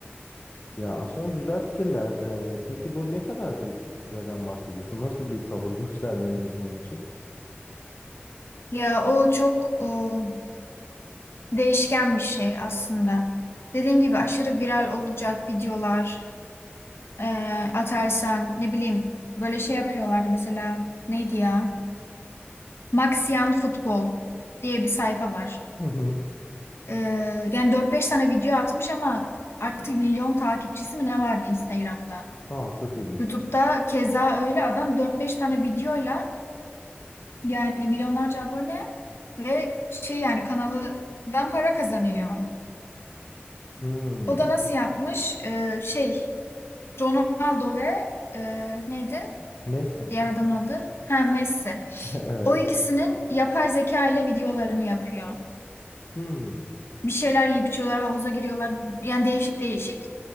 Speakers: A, on the left; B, on the left.
A: Ya aslında güzel fikirler. Ee, peki bu ne kadar bir süreden bahsediyorsun? Nasıl bir sabır <laughs> göstermeliyiz bunun için?
B: Ya o çok o, değişken bir şey aslında. Dediğim gibi aşırı viral olacak videolar. e, atarsan ne bileyim böyle şey yapıyorlardı mesela neydi ya? Maxian Futbol diye bir sayfa var.
A: Hı hı.
B: E, yani dört beş tane video atmış ama artık milyon takipçisi mi ne vardı Instagram'da?
A: Aa çok ilginç.
B: YouTube'da keza öyle adam dört beş tane videoyla yani milyonlarca abone ve şey yani kanalından para kazanıyor.
A: Hmm.
B: O da nasıl yapmış? E, şey Ronaldo ve e, neydi?
A: Messi mi?
B: Diğer adamın adı. Ha Messi.
A: <laughs>
B: O ikisinin
A: Evet.
B: yapay zeka ile videolarını yapıyor.
A: Hmm.
B: Bir şeyler yiyip içiyorlar, havuza giriyorlar. Yani değişik değişik.